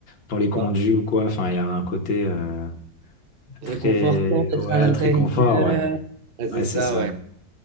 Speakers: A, on the left (about 75°); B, on the right (about 40°).
A: dans les conduits
B: ça.
A: ou quoi, enfin il y a un côté euh,
B: Réconfortant
A: très,
B: d'être
A: ouais,
B: à l'intérieur.
A: très confort, ouais.
B: Ah, C'est
A: Ouais,
B: ça,
A: c'est ça.
B: ouais.